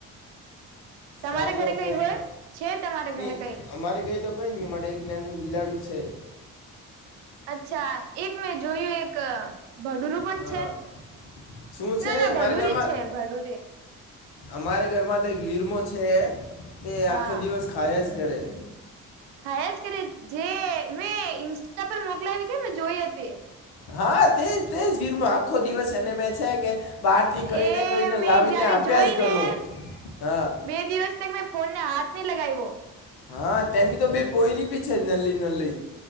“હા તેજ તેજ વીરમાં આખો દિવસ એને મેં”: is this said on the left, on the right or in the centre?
Left